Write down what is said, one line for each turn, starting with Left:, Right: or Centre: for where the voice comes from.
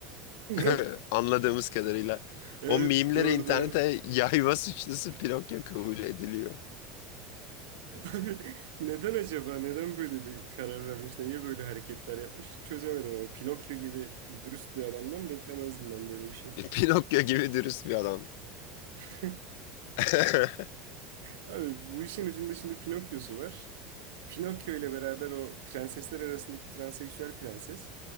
Right: Ne?
Left: <laughs> Anladığımız kadarıyla.
Right: Evet
Left: O meme'lere
Right: doğru
Left: internete
Right: doğru.
Left: yayma suçlusu Pinokyo kabul ediliyor.
Right: Abi neden acaba? Neden böyle bir karar vermiş? Niye böyle hareketler yapmış? Hiç çözemedim ama Pinokyo gibi dürüst bir adamdan beklemezdim ben böyle bir şey.
Left: E, Pinokyo gibi dürüst bir adam.
Right: <laughs>
Left: <laughs>
Right: Abi bu işin ucunda şimdi Pinokyo'su var. Pinokyo ile beraber o prensesler arasındaki transseksüel prenses